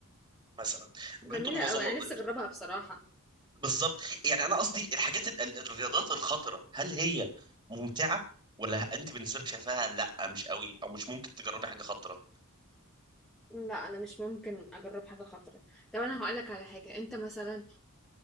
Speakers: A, on the right; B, in the centre.
A: مثلا اللي
B: جميلة
A: بينطوا من المظلات
B: أوي أنا نفسي
A: دي.
B: أجربها بصراحة
A: بالظبط يعني انا قصدي الحاجات ال- ال- الرياضات الخطره هل هي ممتعه ولا انت بالنسبه لك شايفاها لا مش قوي او مش ممكن تجربي حاجه خطره
B: لا أنا مش ممكن أجرب حاجة خطرة طب أنا هقولك على حاجة أنت مثلا